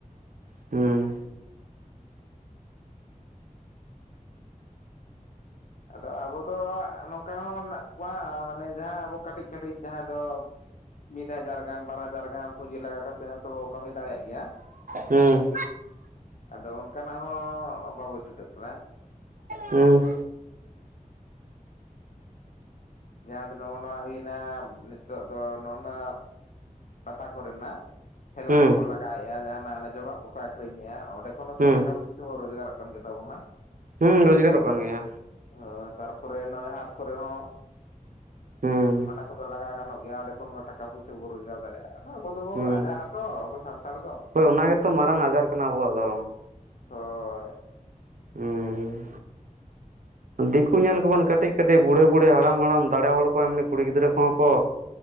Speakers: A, on the right; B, on the left.
A: ᱦᱩᱸ
B: ᱟᱫᱚ ᱟᱵᱚ ᱫᱚ ᱱᱚᱝᱠᱟ ᱦᱚᱸ ᱢᱮᱱᱟᱜ ᱠᱚᱣᱟ ᱢᱟᱱᱮ ᱡᱟᱦᱟᱸ ᱟᱵᱚ ᱠᱟᱹᱴᱤᱜ ᱠᱟᱹᱴᱤᱜ ᱡᱟᱦᱟᱸ ᱫᱚ ᱢᱤᱫ ᱦᱟᱡᱟᱨ ᱜᱟᱱ ᱵᱟᱨ ᱦᱟᱡᱟᱨ ᱜᱟᱱ ᱯᱩᱸᱡᱤ ᱞᱟᱜᱟᱣ ᱠᱟᱛᱮ ᱦᱚᱸᱛᱚ ᱵᱚ ᱠᱟᱹᱢᱤ ᱫᱟᱲᱮᱭᱟᱜ ᱜᱮᱭᱟ᱾
A: ᱦᱩᱸ,
B: ᱟᱫᱚ ᱚᱱᱠᱟᱱᱟᱜ ᱦᱚᱸ ᱵᱟᱵᱚ ᱪᱷᱩᱴᱟᱹᱜ ᱠᱟᱱᱟ᱾
A: ᱦᱩᱸ,
B: ᱡᱟᱦᱟᱸ ᱫᱚ ᱱᱚᱜᱼᱚ ᱱᱚᱣᱟ ᱦᱩᱭᱱᱟ ᱱᱤᱛᱚᱜ ᱫᱚ ᱱᱚᱜᱼᱚ ᱱᱟ ᱯᱟᱛᱟ ᱠᱚᱨᱮ ᱱᱟᱜ ᱴᱷᱮᱞᱟ
A: ᱦᱩᱸ
B: ᱠᱚᱠᱚ ᱞᱟᱜᱟᱣᱮᱜᱼᱟ ᱡᱟᱦᱟᱸᱱᱟᱜ ᱮ ᱡᱚᱢᱟᱜ ᱠᱚᱠᱚ ᱟᱹᱠᱷᱨᱤᱧᱮᱜᱼᱟ ᱚᱸᱰᱮ ᱠᱷᱚᱱ ᱦᱚᱸᱛᱚ
A: ᱦᱩᱸ
B: ᱴᱟᱠᱟ ᱯᱩᱭᱥᱟᱹ ᱦᱚᱸ ᱨᱳᱡᱽᱜᱟᱨᱚᱜ ᱠᱟᱱ ᱜᱮᱛᱟᱵᱚᱱᱟ᱾ <inaudible>
A: ᱦᱩᱸ ᱨᱚᱡᱽᱜᱟᱨᱚᱜ ᱠᱟᱱ ᱜᱮᱭᱟ᱾
B: ᱦᱚ ᱛᱟᱨᱯᱚᱨᱮ ᱱᱚᱜᱼᱚᱭ ᱦᱟᱴ ᱠᱚᱨᱮ ᱦᱚᱸ
A: ᱦᱩᱸ
B: ᱚᱱᱟ ᱠᱚᱫᱚ ᱞᱟᱜᱟᱣ ᱜᱟᱱᱚᱜ ᱜᱮᱭᱟ ᱚᱸᱰᱮ ᱠᱷᱚᱱ ᱦᱚᱸ ᱴᱟᱠᱟ ᱯᱚᱭᱥᱟ ᱵᱚ ᱨᱳᱡᱽᱜᱟᱨ ᱫᱟᱲᱮᱭᱟᱜᱼᱟ᱾ ᱦᱚᱸ ᱟᱵᱚ ᱫᱚᱵᱚ
A: ᱦᱩᱸ
B: ᱞᱟᱡᱟᱜᱼᱟ ᱛᱚ ᱟᱵᱚ ᱥᱟᱱᱛᱟᱲ ᱫᱚ,
A: ᱦᱳᱭ ᱚᱱᱟ ᱜᱮᱛᱚ ᱢᱟᱨᱟᱝ ᱟᱡᱟᱨ ᱠᱟᱱᱟ ᱟᱵᱚᱣᱟᱜ ᱫᱚ᱾
B: ᱦᱚᱸ
A: ᱦᱩᱸ ᱫᱤᱠᱩ ᱧᱮᱞ ᱠᱚᱵᱤᱱ ᱠᱟᱹᱴᱤᱜ ᱠᱟᱹᱴᱤᱜ ᱵᱩᱲᱦᱤ ᱵᱩᱲᱦᱤ ᱦᱟᱲᱟᱢ ᱦᱟᱲᱟᱢ ᱫᱟᱲᱮ ᱦᱚᱲ ᱠᱚ ᱮᱢᱱᱤ ᱠᱩᱲᱤ ᱜᱤᱫᱽᱨᱟᱹ ᱠᱚᱦᱚᱸ ᱠᱚ